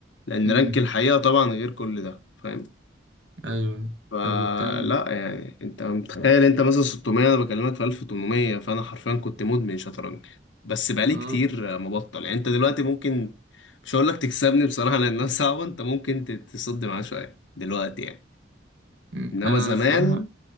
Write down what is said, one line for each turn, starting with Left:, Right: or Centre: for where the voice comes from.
Left: لان
Right: مم.
Left: رانك الحقيقه طبعا غير كل ده فاهم
Right: أيوه أيوه
Left: فلا
Right: طب والتاني؟
Left: يعني انت متخيل انت مثلا 600 انا بكلمك في 1800 فانا حرفيا كنت مدمن شطرنج بس بقالي
Right: أه
Left: كتير مبطل يعني انت دلوقتي ممكن مش هقول لك تكسبني بصراحه لانها <laughs> صعبه انت ممكن ت- تصد معاه شويه دلوقتي يعني
Right: مم.
Left: انما
Right: أنا
Left: زمان
Right: الصراحة